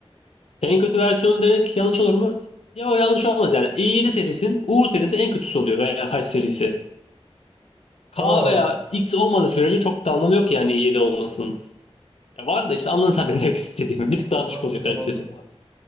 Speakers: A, on the left; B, in the centre.
A: En kötü versiyonu demek yanlış olur mu? Ya o yanlış olmaz yani. i7 serisinin U serisi en kötüsü oluyor veya H serisi. K
B: Aa,
A: veya X olmadığı sürece çok da anlamı yok yani i7 olmasının. Ya var da işte anladın sen benim demek istediğimi. Bir tık daha
B: anladım
A: düşük oluyor kalitesi.
B: anladım.